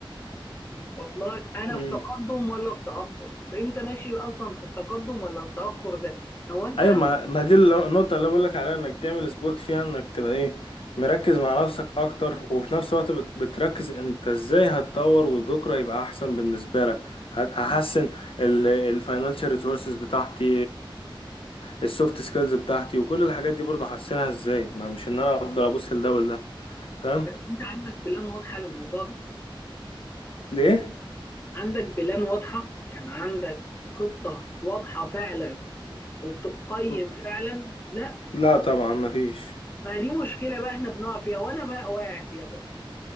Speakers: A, on the left; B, on the left.
A: واصل لك انا
B: امم
A: في تقدم ولا في تاخر طب انت ماشي اصلا في التقدم ولا التاخر ده هو انت
B: ايوه ما ما دي اللي- النقطة اللي بقولك عليها انك تعمل سبوت فيها انك تبقى ايه مركز مع نفسك اكتر وفي نفس الوقت بت- بتركز انت ازاي هتطور وبكرة يبقى احسن بالنسبة لك هت- هحسن الفاينانشال ريسورسز بتاعتي السوفت سكيلز بتاعتي وكل الحاجات دي برضه هحسنها ازاي ما مش ان انا افضل ابص لده ولا فاهم
A: بس انت عندك بلان واضحه للموضوع ده
B: ليه
A: عندك بلان واضحه يعني عندك خطه واضحه فعلا وبتقيم
B: م-
A: فعلا لا
B: لا طبعا ما فيش
A: ما دي مشكله بقى احنا بنقع فيها وانا بقى واقع فيها برضه